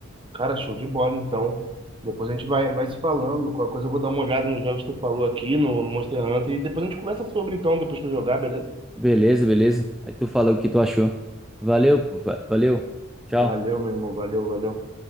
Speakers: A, on the right; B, in the centre.
A: Cara, show de bola, então. Depois a gente vai, vai se falando. Qualquer coisa eu vou dar uma olhada nos jogos que tu falou aqui no, no Monster Hunter e depois a gente conversa sobre, então, depois que eu jogar, beleza?
B: Beleza, beleza. Aí tu fala o que tu achou. Valeu, pô, va- valeu. Tchau.
A: Valeu, meu irmão, valeu, valeu.